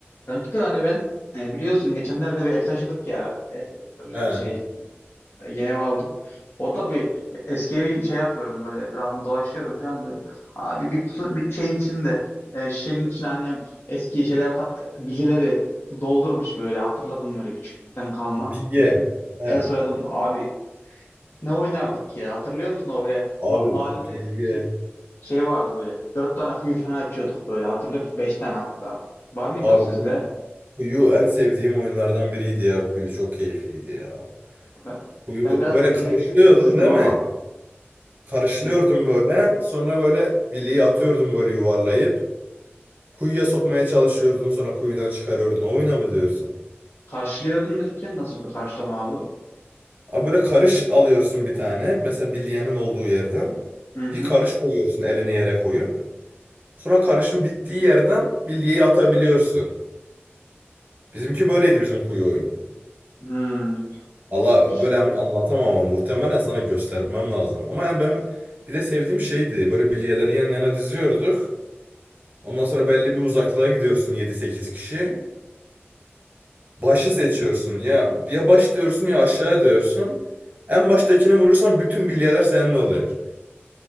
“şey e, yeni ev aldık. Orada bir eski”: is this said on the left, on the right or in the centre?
Left